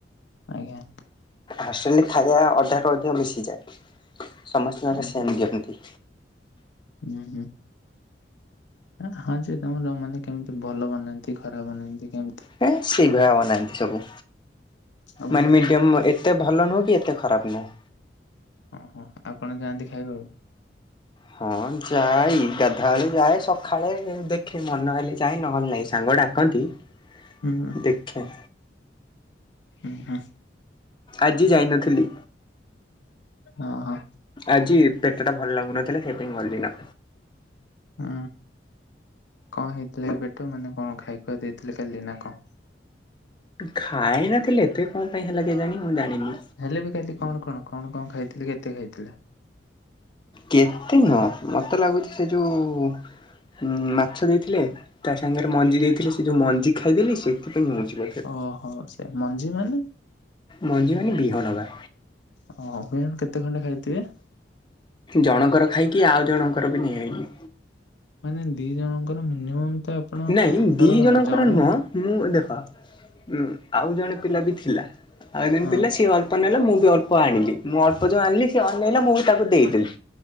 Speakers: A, on the left (about 85°); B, on the left (about 25°).
A: ଆଜ୍ଞା।
B: ହଷ୍ଟେଲରେ ଖାଇବା ଅଧାରୁୁ ଅଧିକ ମିଶିଯାଏ ସମସ୍ତିଙ୍କର
A: ହୁଁ
B: ସେମ
A: ହୁଁ
B: ଦିଅନ୍ତି।
A: ହୁଁ ହୁଁ। ହଁ ଯେ ତମର ମାନେ କେମିତି ଭଲ ବନାନ୍ତି ଖରାପ ବନାନ୍ତି କେମିତି।
B: ହେ ସେଗୁରା ବନାନ୍ତି ସବୁ
A: ଆପଣ
B: ମାନେ ମିଡ଼ିୟମ୍ ଏ ଏତେ ଭଲ ନୁହଁ କି ଏତେ ଖରାପ ନୁହଁ।
A: ଓହୋ ଆଉ କଣ ଯାଆନ୍ତି ଖାଇବାକୁ।
B: ହଁ ଯାଇ ଗାଧୁଆବେଳେ ଯାଏ ସଖାଳେ ଦେଖେ ମନ ହେଲେ ଯାଏ ନହେଲେ ନାହିଁ ସାଙ୍ଗ ଡାକନ୍ତି। ହ
A: ଉଁ ହୁଁ।
B: ଦେଖେ।
A: ଉଁ ହୁଁ।
B: ଆଜି ଯାଇନଥିଲି।
A: ଅ ହଁ।
B: ଆଜି ପେଟଟା ଭଲ ଲାଗୁନଥିଲା ସେଇପାଇ ଗଲିନ।
A: ହୁଁ କଣ ହେଇଥିଲା କି ପେଟ ମାନେ କଣ ଖାଇ ଖୁଆ ଦେଇଥିଲେ କାଲି ନା କଁ?
B: ଖାଇ ନଥିଲି ଏତେ କଣ ପାଇଁ ହେଲା କେଜାଣି ମୁଁ ଜାଣିନି।
A: ହେଲେ ବି କାଲି କଣ କଣ କଣ କଣ ଖାଇଥିଲେ କେତେ ଖାଇଥିଲେ।
B: କେତେ ନୁହଁ ମତେ ଲାଗୁଚି ସେ ଯୋଉ ଉଁ ମାଛ ଦେଇଥିଲେ ତା ସାଙ୍ଗରେ ମଞ୍ଜି ଦେଇଥିଲେ। ସେ ଯୋଉ ମଞ୍ଜି ଖାଇଦେଲି ସେଥିପାଇଁ ମିଳୁଛିି ବୋ
A: ଓହୋ ସେ ମଞ୍ଜି ମାନେ?
B: ମଞ୍ଜି ମାନେ ବିହନବା।
A: ହଁ ବିହନ କେତେ ଖଣ୍ଡେ ଖାଇଥିବେ?
B: ଜଣଙ୍କର ଖାଇକି ଆଉ ଜଣଙ୍କର ବି ନେଇଆଇଲି।
A: ମାନେ ଦି ଜଣଙ୍କର ମିନିୟମତ ଆପଣ
B: ନାଇଁ
A: ତାର
B: ଦି ଜଣଙ୍କର
A: ଜଣୁ
B: ନୁହଁ ମୁଁ ଦେଖ ଉ ଆଉ ଜଣେ ପିଲା ବି ଥିଲା ଆଉ ଜଣେ
A: ହଁ
B: ପିଲା ସିଏ ଅ ଅଳ୍ପ ନେଲା ମୁଁ ବି ଅଳ୍ପ ଆଣିଲି ମୁଁ ଅଳ୍ପ ଯୋଉ ଆଣିଲି ସେ ଅନେଇଲା ମୁଁ ବି ତାକୁ ଦେଇଦେଲି।